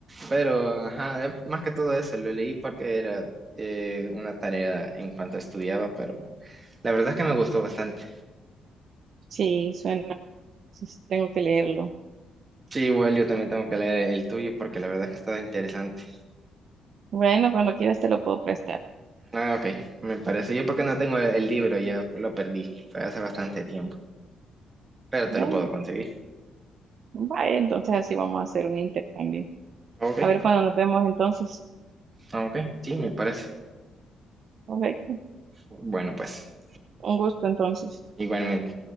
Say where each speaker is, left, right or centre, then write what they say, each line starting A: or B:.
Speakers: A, on the right (about 30°); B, on the right (about 60°).
A: Pero, ajá, es más que todo eso, lo leí porque era eh, una tarea en cuanto estudiaba, pero la verdad es que me gustó bastante.
B: Sí, suena. Entonces, tengo que leerlo.
A: Sí, igual yo también tengo que leer el tuyo porque la verdad es que está interesante.
B: Bueno, cuando quieras te lo puedo prestar.
A: Ah, ok, me parece. Yo porque no tengo el, el libro, ya lo perdí, fue hace bastante tiempo, pero
B: Bueno,
A: te lo puedo conseguir.
B: vaya, entonces así vamos a hacer un intercambio.
A: Ok,
B: A ver cuando nos vemos entonces.
A: ok, sí, me parece.
B: Perfecto.
A: Bueno, pues,
B: Un gusto entonces.
A: igualmente.